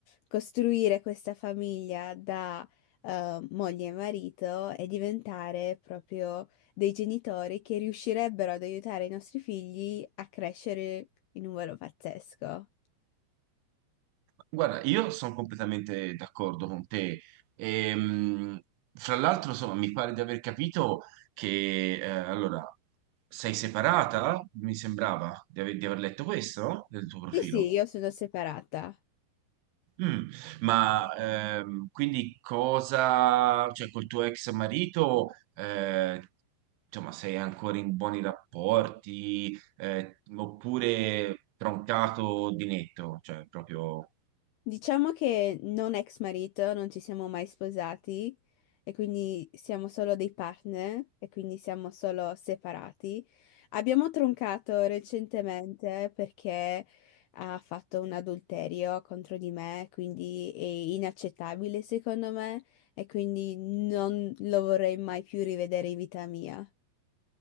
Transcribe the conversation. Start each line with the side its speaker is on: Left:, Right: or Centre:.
Left: costruire questa famiglia da eh, moglie e marito e diventare proprio dei genitori che riuscirebbero ad aiutare i nostri figli a crescere in un modo pazzesco.
Right: Guarda, io sono completamente d'accordo con te. Ehm, fra l'altro, insomma, mi pare di aver capito che eh, allora sei separata? Mi sembrava di aver, di aver letto questo, no? Del tuo profilo.
Left: Sì, sì, io sono separata.
Right: Mm, ma ehm, quindi cosa, cioè col tuo ex marito, eh, insomma, sei ancora in buoni rapporti, eh, oppure troncato di netto, cioè proprio...
Left: Diciamo che non ex marito, non ci siamo mai sposati e quindi siamo solo dei partner e quindi siamo solo separati. Abbiamo troncato recentemente perché ha fatto un adulterio contro di me, quindi è inaccettabile secondo me e quindi non lo vorrei mai più rivedere in vita mia.